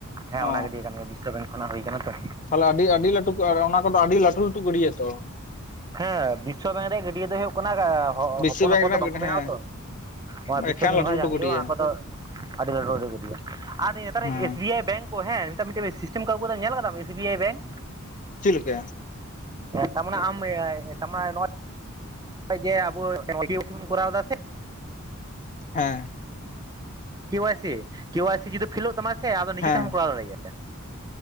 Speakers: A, on the right; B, on the left.
A: ᱦᱮᱸ
B: ᱚ
A: ᱚᱱᱟ ᱜᱟᱹᱰᱭᱟᱹ ᱠᱟᱱ ᱜᱮᱭᱟ ᱵᱤᱥᱥᱚ ᱵᱮᱝ ᱠᱷᱚᱱᱟᱜ ᱦᱳᱭ ᱠᱟᱱᱟ ᱛᱚ᱾
B: ᱛᱟᱦᱚᱞᱮ ᱟᱹᱰᱤ ᱟᱹᱰᱤ ᱞᱟᱹᱴᱩ ᱟᱨ ᱚᱱᱟ ᱠᱚ ᱫᱚ ᱟᱹᱰᱤ ᱞᱟᱹᱴᱩ ᱞᱟᱹᱴᱩ ᱜᱟᱹᱰᱤᱭᱟᱛᱚ
A: ᱦᱮᱸ ᱵᱤᱥᱥᱚ ᱵᱮᱝᱠ ᱨᱮᱭᱟᱜ ᱜᱟᱹᱰᱭᱟᱹ ᱫᱚ ᱦᱩᱭᱩᱜ ᱠᱟᱱᱟ ᱦᱚᱯᱚᱱ
B: ᱵᱤᱥᱥᱚ ᱵᱮᱝᱠ
A: ᱦᱚᱯᱚᱱ
B: ᱨᱮᱱᱟᱜ
A: ᱫᱚ ᱵᱟᱝ ᱠᱚ ᱵᱮᱱᱟᱣᱟ
B: ᱦᱮᱸ
A: ᱛᱚᱼᱼ ᱱᱚᱣᱟ ᱵᱤᱥᱥᱚ
B: ᱮᱠᱷᱮᱱ
A: <unintelligible> ᱡᱟᱦᱟᱸ
B: ᱞᱟᱹᱴᱩ ᱞᱟᱹᱴᱩ ᱜᱟᱹᱰᱭᱟᱹ
A: ᱦᱳᱭᱳᱜ-ᱟ ᱚᱱᱟ ᱠᱚ ᱫᱚᱼᱼ ᱟᱹᱰᱤ ᱞᱟᱹᱴᱷᱩ ᱞᱟᱹᱴᱷᱩ ᱜᱟᱹᱰᱭᱟ ᱟᱨ ᱱᱮᱛᱟᱨ
B: ᱦᱮᱸ
A: ᱮᱥ ᱵᱤ ᱟᱭ ᱵᱮᱝᱠᱼᱼ ᱦᱮᱸ ᱱᱤᱛᱟᱨ ᱢᱤᱫᱴᱮᱱ ᱥᱤᱥᱴᱮᱢ ᱠᱚ ᱟᱹᱜᱩ ᱟᱠᱟᱫᱟ ᱧᱮᱞ ᱟᱠᱟᱫᱟ ᱵᱤᱱ ᱮᱥ ᱵᱤ ᱟᱭ ᱵᱮᱝᱠᱼᱼ
B: ᱪᱮᱫ ᱞᱮᱠᱟᱼᱼ
A: ᱛᱟᱢᱮ <unintelligible> ᱡᱮ ᱟᱵᱚ ᱠᱮ ᱣᱟᱭ ᱥᱤ ᱵᱚᱱ ᱠᱚᱨᱟᱣ ᱮᱫᱟ ᱥᱮᱼᱼ
B: ᱦᱮᱸ
A: ᱠᱮ ᱣᱟᱭ ᱥᱤ ᱠᱮ ᱣᱟᱭ ᱥᱤ ᱡᱩᱫᱤ ᱯᱷᱮᱞᱳᱜ ᱛᱟᱢᱟ ᱥᱮ ᱟᱫᱚ ᱱᱤᱡᱮ
B: ᱦᱮᱸ
A: ᱛᱮᱦᱚᱢ ᱠᱚᱨᱟᱣ ᱫᱟᱲᱮᱭᱟᱜᱼᱟ